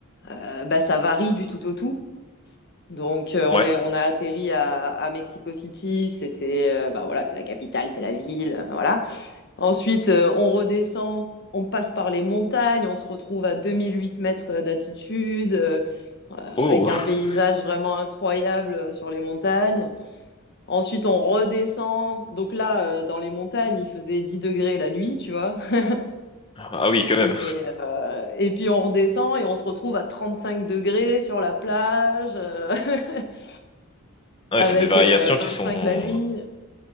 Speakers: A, on the left; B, on the left.
A: euh, bah, ça varie du tout au tout. Donc, euh, on
B: Ouais.
A: est, on a atterri à, à Mexico City. C'était, euh, bah voilà, c'est la capitale, c'est la ville, euh, voilà. Ensuite, euh, on redescend, on passe par les montagnes, on se retrouve à 2008 mètres d'altitude, euh, euh, avec
B: Oh.
A: un
B: <laughs>
A: paysage vraiment incroyable euh, sur les montagnes. Ensuite, on redescend. Donc là, euh, dans les montagnes, il faisait 10 degrés la nuit, tu vois. <laughs>
B: Ah oui,
A: Et,
B: quand même.
A: euh, et puis on redescend et on se retrouve à 35 degrés sur la plage. euh, <laughs>
B: Ah
A: avec
B: Ouais, c'est des variations
A: euh, 25
B: qui sont,
A: la nuit.